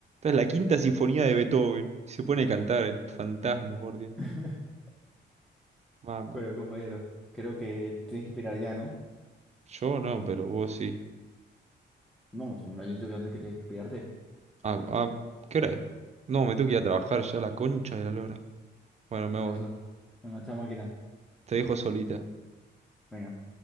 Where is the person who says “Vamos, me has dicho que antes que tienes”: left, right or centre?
Centre